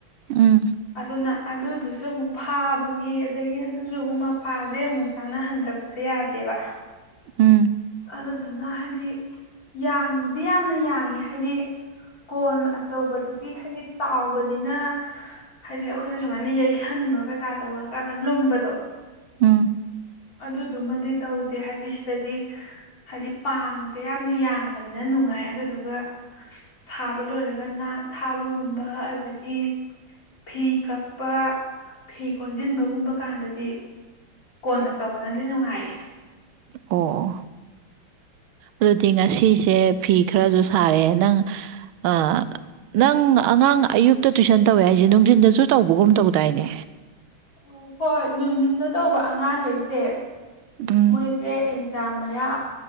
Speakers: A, on the right (about 80°); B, on the left (about 65°).
A: ꯎꯝ
B: ꯑꯗꯨꯅ ꯑꯗꯨꯗꯨ ꯨꯁꯨꯃꯨꯛ ꯐꯥꯕꯒꯤ ꯑꯗꯒꯤ ꯑꯗꯨꯁꯨ ꯑꯃꯨꯛ ꯃꯄꯥꯁꯦ ꯑꯃꯨꯛ ꯆꯥꯅꯍꯟꯗ꯭ꯔꯕꯁꯦ ꯌꯥꯗꯦꯕ
A: ꯎꯝ
B: ꯑꯗꯨꯗꯨꯅ ꯍꯥꯏꯗꯤ ꯌꯥꯡꯕꯗꯤ ꯌꯥꯝꯅ ꯌꯥꯡꯉꯦ ꯍꯥꯏꯗꯤ ꯀꯣꯟ ꯑꯆꯧꯕꯗꯨꯗꯤ ꯍꯥꯏꯗꯤ ꯆꯥꯎꯕꯅꯤꯅ ꯍꯥꯏꯗꯤ ꯑꯈꯣꯏꯅ ꯁꯨꯃꯥꯏꯅ ꯌꯩꯁꯟꯕ ꯀꯩꯀꯥ ꯇꯧꯕꯀꯥꯟꯗ ꯂꯨꯝꯕꯗꯣ
A: ꯎꯝ
B: ꯑꯗꯨꯗꯨꯃꯗꯤ ꯇꯧꯗꯦ ꯍꯥꯏꯗꯤ ꯁꯤꯗꯗꯤ ꯍꯥꯏꯗꯤ ꯄꯥꯡꯁꯦ ꯌꯥꯝꯅ ꯌꯥꯡꯕꯅꯤꯅ ꯅꯨꯡꯉꯥꯏ ꯑꯗꯨꯗꯨꯒ ꯁꯥꯕ ꯂꯣꯏꯔꯒ ꯅꯥꯠ ꯊꯥꯕꯒꯨꯝꯕ ꯑꯗꯒꯤ ꯐꯤ ꯀꯛꯄ ꯐꯤ ꯀꯣꯟꯖꯤꯟꯕꯒꯨꯝꯕ ꯀꯥꯟꯗꯗꯤ ꯀꯣꯟ ꯑꯆꯧꯕꯅꯗꯤ ꯅꯨꯉꯥꯏꯌꯦ
A: ꯑꯣ ꯑꯣ ꯑꯗꯨꯗꯤ ꯉꯁꯤꯁꯦ ꯐꯤ ꯈꯔꯁꯨ ꯁꯥꯔꯦ, ꯅꯪ ꯑꯥ ꯅꯪ ꯑꯉꯥꯡ ꯑꯌꯨꯛꯇ ꯇꯨꯏꯁꯟ ꯇꯧꯋꯦ ꯍꯥꯏꯁꯦ ꯅꯨꯡꯗꯤꯟꯗꯁꯨ ꯇꯧꯕꯒꯨꯝ ꯇꯧꯗꯥꯏꯅꯦ?
B: ꯑꯣ ꯍꯣꯏ ꯅꯨꯡꯗꯤꯟꯗ ꯇꯧꯕ ꯑꯉꯥꯡꯒꯩꯁꯦ
A: ꯎꯝ
B: ꯃꯣꯏꯁꯦ ꯑꯛ ꯖꯥꯝ ꯃꯌꯥ